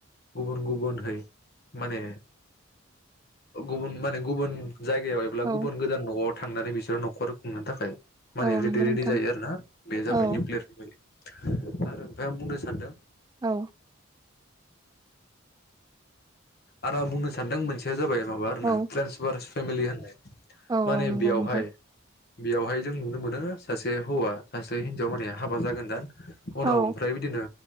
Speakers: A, on the left; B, on the right.
A: गुबुन गुबुनहै माने गुबुन माने गुबुन जायगायाव एब्ला
B: औ
A: गुबुन गोदान न'आव थांनानै बिसोरो न'खर खुंनो थाखाय माने
B: औ
A: रिडि
B: नंगौ नोंथां
A: रेडि जायो आरोना बे जाबाय
B: औ
A: निउकलियार फेमिलि। आरो ओमफाय आं बुंनो सानदों
B: औ
A: आरो आं बुंनो सानदों मोनसेया जाबाय माबा आरोना
B: औ
A: ट्रेन्सभार्स फेमिलि होननाय।
B: औ
A: माने
B: औ नंगौ
A: बेयावहाय
B: नोंथां।
A: बेयावहाय जों नुनो मोनो सासे हौवा सासे हिन्जाव माने हाबा जागोन दान उनाव
B: औ
A: ओमफ्राय बिदिनो